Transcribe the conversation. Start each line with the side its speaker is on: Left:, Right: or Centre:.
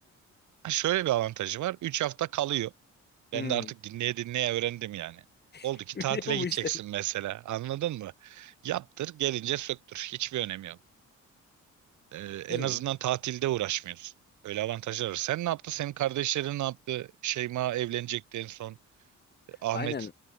Right: Ha, Şöyle bir avantajı var. 3 hafta kalıyor. Ben
Left: Hmm.
Right: de artık dinleye dinleye öğrendim yani. Oldu
Left: <laughs>
Right: ki
Left: Biliyor
Right: tatile
Left: musun
Right: gideceksin
Left: işleri?
Right: mesela. Anladın mı? Yaptır, gelince söktür. Hiçbir önemi yok. Ee,
Left: Hey,
Right: en azından tatilde uğraşmıyorsun. Öyle avantajlar var. Sen ne yaptın? Senin kardeşlerin ne yaptı? Şeyma evlenecekti en son. Ahmet
Left: aynen.